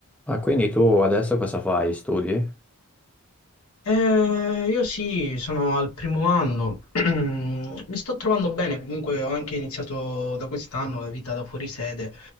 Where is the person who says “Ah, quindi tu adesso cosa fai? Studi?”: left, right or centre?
Centre